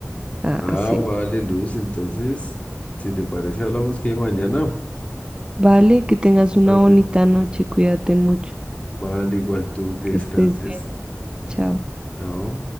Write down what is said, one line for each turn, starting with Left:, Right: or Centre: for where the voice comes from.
Right: así
Left: Ah, vale, Luz, entonces, si te parece, hablamos que mañana,
Right: Vale, que tengas una
Left: tardecito.
Right: bonita noche, cuídate mucho,
Left: Vale, igual tú que
Right: que
Left: descanses.
Right: estés bien, chao.
Left: Chao.